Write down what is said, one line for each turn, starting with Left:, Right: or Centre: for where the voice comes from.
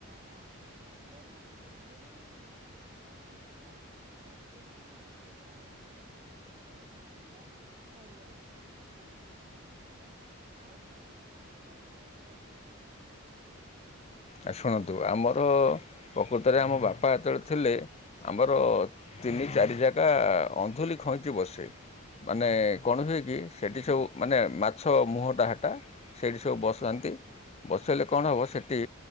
Right: ହଁ ମତେ ନା ଚିଙ୍ଗୁଡି ମାନେ ଆପଣ ପୁରା। ପ୍ରାକୃ ମାନେ ପୁରା ହଉଛି ନଈରୁ ଆଣିଲେ। ଖାଇଲେ ଆପଣଙ୍କର ସେଇଠି ଚିଙ୍ଗୁଡି ସହିତ। ଆଉ କୋଉ ମାଛ ସବୁ ପଡିଥାଏ ଟିକେ କହିଲେ।
Left: ଆ ଶୁଣନ୍ତୁ ଆମର ପ୍ରକୃତରେ ଆମ ବାପା ଯେତେବେଳେ ଥିଲେ। ଆମର ତିନି ଚାରି ଯାଗା ଅନ୍ଧୁଳି ଖଇଁତି ବସେ। ମାନେ କଣ ହୁଏ କି ସେଠି ସବୁ। ମାନେ ମାଛ ମୁହଁଟା ହାଟା ସେଇଠି ସବୁ ବସାନ୍ତି ବସେଇଲେ କଣ ହେବ ସେଟି।